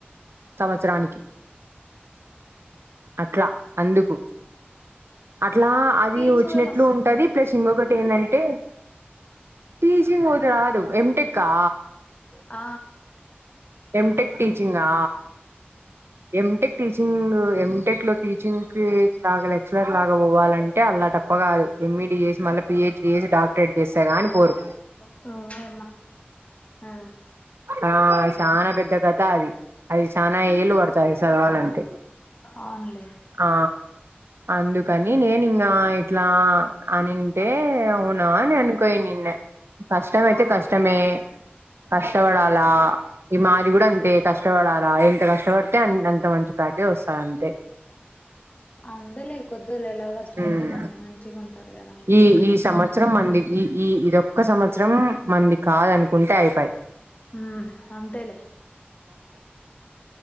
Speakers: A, on the right; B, on the left.
A: సంవత్సరానికి అట్లా అందుకు. అట్లా అది
B: టీచింగ్
A: వచ్చినట్లు
B: పోయి వస్తారా
A: ఉంటది. ప్లస్ ఇంకొకటి ఎందంటే టీచింగ్ ఒకటి రాదు ఎంటెక్ ఆ
B: ఆ
A: ఎంటెక్ టీచింగా ఎంటెక్ టీచింగ్ ఎంటెక్లో టీచింగ్ కి లాగాలే లెక్చలర్ లాగా పోవాలంటే అలా టప్పా కాదు ఎంఈడీ చేసి మళ్ళీ పిహెచ్డి చేసి డాక్టరేట్ చేస్తే కానీ పోరు
B: ఆ ఆ
A: ఆ చానా పెద్ద కథ అది అది చానా ఏలు పడతాయి చదవాలంటే
B: అవునులే
A: ఆ అందుకని నేని ఇంగ ఇట్లా అనింటే అవునా అని అనుకోయి నిన్న కష్టం అయితే కష్టమే కష్ కష్టపడాలా ఈ మాది కూడా అంతే కష్టపడాలా ఎంత కష్టపడితే అంత మంచి ప్యాకేజీ మంచి వస్త అంతే
B: అందేలే కొద్దిగా ఎలా కష్టపడితే
A: ఉమ్
B: మళ్ళీ మంచిగా ఉంటది కదా
A: ఈ ఈ సంవత్సరం మంది ఈ ఈ ఇదొక్క సంవత్సరం మంది కాదనుకుంటే అయిపయ్
B: హు అంతేలే